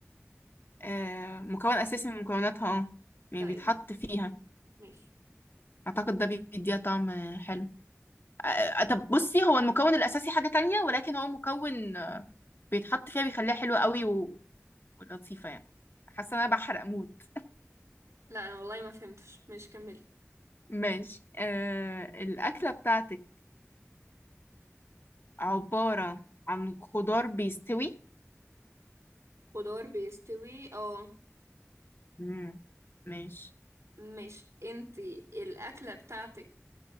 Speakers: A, on the left; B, on the right.
A: آه، مكون أساسي من مكوناتها أه يعني
B: طيب
A: بيتحط فيها
B: ماشي
A: أعتقد ده بيديها طعم حلو آه، آه، طب بصي هو المكون الأساسي حاجة تانية ولكن هو مكون آه، بيتحط فيها بيخليها حلوة قوي و- ولطيفة يعني حاسة إن أنا بحرق موت
B: لا انا والله ما فهمتش ماشي كملي
A: ماشي آه الأكلة بتاعتك عبارة عن خضار بيستوي
B: خضار بيستوي اه
A: مم. ماشي
B: ماشي انت الاكله بتاعتك